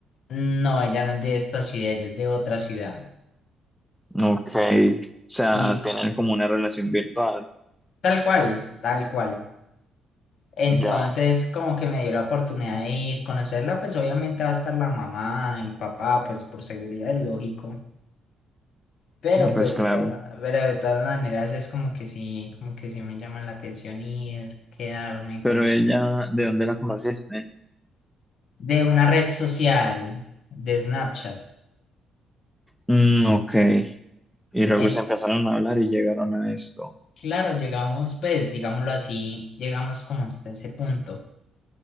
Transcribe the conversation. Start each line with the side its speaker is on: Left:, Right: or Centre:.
Left: No, ella no es de esta ciudad, ella es de otra ciudad.
Centre: Ok. O sea,
Left: Y
Centre: tener como una relación virtual,
Left: tal cual, tal cual. Entonces,
Centre: ya,
Left: como que me dio la oportunidad de ir, conocerla, pues obviamente va a estar la mamá y papá, pues por seguridad es lógico. Pero
Centre: no, pues
Left: pues
Centre: claro.
Left: de todas, pero de todas maneras es como que sí, como que sí me llama la atención ir, quedarme
Centre: Pero
Left: como
Centre: ella,
Left: cerca.
Centre: ¿de dónde la conociste?
Left: De una red social, de Snapchat.
Centre: Mm, ok. Y luego
Left: En,
Centre: se empezaron a hablar y llegaron a esto.
Left: claro, llegamos, pues, digámoslo así, llegamos como hasta ese punto.